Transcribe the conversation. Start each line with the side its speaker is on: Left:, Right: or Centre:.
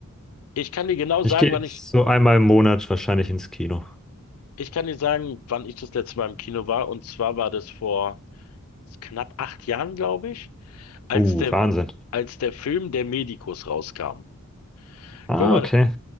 Left: Ich kann dir genau
Centre: Ich
Left: sagen,
Centre: gehe
Left: wann
Centre: jetzt
Left: ich,
Centre: so einmal im Monat wahrscheinlich ins Kino.
Left: ich kann dir sagen, wann ich das letzte Mal im Kino war. Und zwar war das vor knapp acht Jahren, glaube ich, als
Centre: Uh,
Left: der,
Centre: Wahnsinn.
Left: als der Film Der Medikus rauskam.
Centre: Ah,
Left: Guck mal,
Centre: okay.